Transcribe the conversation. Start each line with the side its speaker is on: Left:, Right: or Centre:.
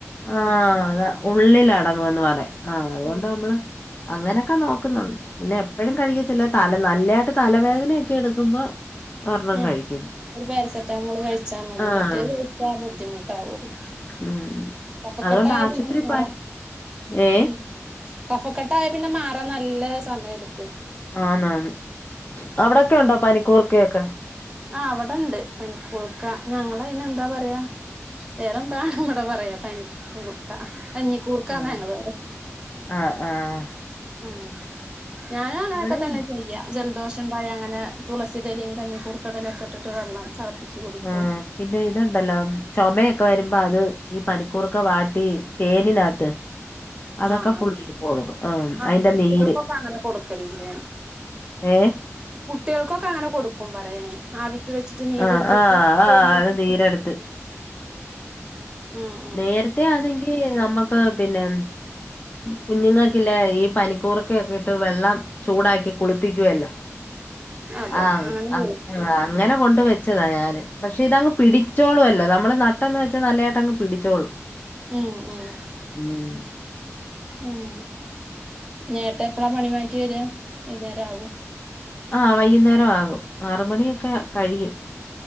Left: ആഹ് അതാ ഉള്ളിലടങ്ങുവന്ന് പറയും ആ് അതുകൊണ്ട്
Right: ഉം
Left: നമ്മള് അങ്ങനൊക്കെ നോക്കുന്നുണ്ട് പിന്നെ എപ്പഴും കഴിക്കത്തില്ല തല നല്ലായിട്ട് തലവേദനൊക്കെ എടുക്കുമ്പോ ഒരെണ്ണം
Right: ഉം
Left: കഴിക്കും.
Right: ഒരു പാരസെറ്റാമോള് കഴിച്ചാ മതി
Left: ആഹ്.
Right: മറ്റേത് കഴിച്ച ബുദ്ധിമുട്ടാവൊള്ളു
Left: ഉം
Right: കഫക്കെട്ടായാലും
Left: അതുകൊണ്ട് ആശുപത്രി
Right: <unintelligible> മാറാൻ
Left: പോവാൻ ഏഹ്?
Right: ഉം കഫക്കെട്ടായ പിന്നെ മാറാൻ നല്ല സമയം എട്ക്കും
Left: ആന്നാന്ന് അവിടൊക്കെ ഉണ്ടോ പനിക്കൂർക്കയൊക്കെ
Right: ആ ബവിടെണ്ട് പനിക്കൂർക്ക ഞങ്ങള് അയ്ന് എന്താ പറയാ വേറെന്താണ് ഇവടെ പറയാ പനി കൂർക്ക കഞ്ഞി കൂർക്കാന്നാ
Left: ആഹ്.
Right: ഞങ്ങള് പറയാ
Left: ആഹ് ആഹ്.
Right: ഉം ഞാനും അങ്ങനെയൊക്കെ
Left: ഇവിടെയും
Right: തന്നെ ചെയ്യാ ജലദോഷം ഉണ്ടായ അങ്ങനെ തുളസി ഇലിയും കഞ്ഞിക്കൂർക്കടെ ഇലഒക്കെ ഇട്ടി് വെള്ളം തിളപ്പച്ച് കുടിക്കും
Left: ആ പിന്നെ ഇതുണ്ടല്ലോ ചുമയൊക്കെ വരുമ്പോ അത് ഈ പനിക്കൂർക്ക ഒക്കെ വാട്ടി തേനിനകത്ത് അതൊക്കെ
Right: ആഹ്
Left: പുള്ളിക്ക് കൊടുക്കും ആ
Right: ആഹ്
Left: അതിന്റെ
Right: കുട്ടികൾക്കൊക്കെ
Left: നീര്
Right: അങ്ങനെ കൊടുക്കല് ഇണ്ട് ഞാൻ
Left: ഏഹ്
Right: കുട്ടികൾക്കൊക്കെ അങ്ങനെ കൊടുക്കും പറയാ ഞാന് ആവിക്ക് വെച്ചിട്ട് നീരെടുത്തിട്ട്
Left: ആ ആ ആ
Right: തേന് ഒഴിച്ചിട്ട്
Left: അത് നീരെടുത്ത്
Right: ഉം ഉം
Left: നേരത്തെ
Right: ഉം
Left: ആണെങ്കി നമ്മുക്ക് പിന്നെ കുഞ്ഞുങ്ങൾക്കില്ലേ ഈ പനിക്കൂറക്കൊക്കെ ഇട്ട് വെള്ളം ചൂടാക്കി കുളിപ്പിക്കുവല്ലോ
Right: അതെ
Left: ആഹ്
Right: അങ്ങനെ
Left: <unintelligible>
Right: ചെയ്യും
Left: ആ അങ്ങനെ കൊണ്ട് വെച്ചതാണ് ഞാന് പക്ഷെ ഇതങ്ങ് പിടിച്ചോളും അല്ലോ നമ്മള് നട്ടന്ന് വെച്ചാ നല്ലതായിട്ട് അങ്ങ് പിടിച്ചോളും
Right: ഉം ഉം
Left: ഉം
Right: ഉം ഇഞ് ഏട്ടൻ എപ്പഴാ പണി മാറ്റി വരി വൈകുന്നേരം ആവേ
Left: ആ വൈകുന്നേരം ആകും ആറുമണിയൊക്കെ കഴിയും